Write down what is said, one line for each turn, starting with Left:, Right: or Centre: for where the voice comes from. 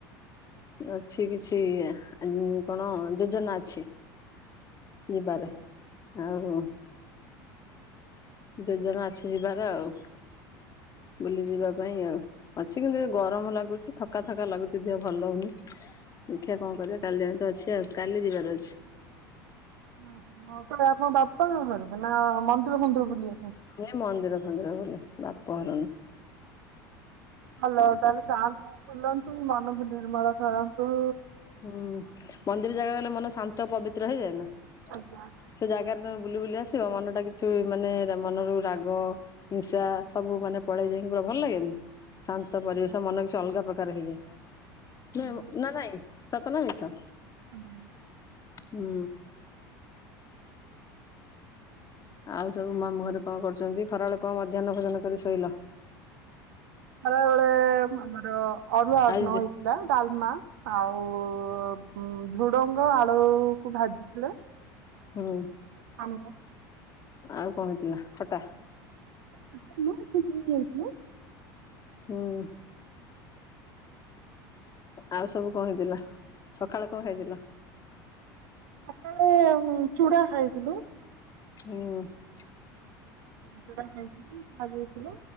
Left: ଅଛି କିଛି ଆ <unintelligible> କଣ। ଯୋଜନା ଅଛି। ଯିବାରେ ଆଉ କ। ଯୋଜନା ଅଛି ଯିବାର ଆଉ ବୁଲି ଯିବା ପାଇଁ ଆଉ। ଅଛି କିନ୍ତୁ ଏ ଗରମ ଲାଗୁଛି ଥକାଥକା ଲାଗୁଛି ଦେହ ଭଲ ହଉନି। ଦେଖିବା କଣ କରିବା କାଲି ଯାଏଁ ତ ଅଛି ଆଉ କାଲି ଯିବାର ଅଛି।
Right: ଓହୋ ହଉ <unintelligible> ବାପାଙ୍କ ଘରକୁ ନା ମନ୍ଦିର ଫନ୍ଦିର ବୁଲିିବାକୁ।
Left: ଏ ମନ୍ଦିର ଫନ୍ଦିର ବୁଲି ବାପ ଘରୁ ନୁହ।
Right: ଭଲ ତାହେଲେ ଯାଆନ୍ତୁ ବୁଲନ୍ତୁ ମନକୁ ନିର୍ମଳ କରନ୍ତୁ।
Left: ହୁଁ ମନ୍ଦିର ଜାଗା ଗଲେ ମନ ଶାନ୍ତ, ପବିତ୍ର ହେଇଯାଏ ନା।
Right: ଆଜ୍ଞା।
Left: ସେ ଜାଗାରେ ତମେ ବୁଲି ବୁଲି ଆସିବ ମନ ଟା କିଛି ମାନେ ରେ ମନରୁ ରାଗ। ହିଂସା ସବୁ ମାନେ ପଳେଇ ଯାଇଁକି ପୁରା ଭଲ ଲାଗେନି। ଶାନ୍ତ ପରିବେଶ
Right: ଆଜ୍ଞା
Left: ମନ କିଛି ଅଲଗା ପ୍ରକାର ହେଇଯାଏ
Right: ଆଜ୍ଞା
Left: <unintelligible> ନା ନାଇଁ। ସତ ନା ମିଛ?
Right: ଆଜ୍ଞା
Left: ହୁଁ। ଆଉ ସବୁ ମାମୁଁ ଘରେ କଣ କରୁଛନ୍ତି? ଖରାବେଳେ କଣ ମଧ୍ୟାହ୍ନ ଭୋଜନ କରି ଶୋଇଲ?
Right: ଖରାବେଳେ ଆମର ଅରୁଆ
Left: ଆଜି
Right: ନଇ ଲା ଡାଲମା ଆଉ ଉଁ ଝୁଡୁଙ୍ଗ, ଆଳୁ କୁ ଭାଜିଥିଲେ।
Left: ହୁଁ।
Right: ଆମ୍ବ।
Left: ଆଉ କଣ ହେଇଥିଲା ଖଟା?
Right: ଖଟା ନୁହ ଏତିକି <unintelligible> ହେଇଥିଲା।
Left: ହୁଁ ଆଉ ସବୁ କଣ ହେଇଥିଲା ସକାଳେ କଣ ଖାଇଥିଲ?
Right: ସକାଳେ ଚୂଡା ଖାଇଥିଲୁ।
Left: ହୁଁ
Right: ଓପେଡା ଖାଇଥିଲି ଖାଇଦେଇଥିଲୁ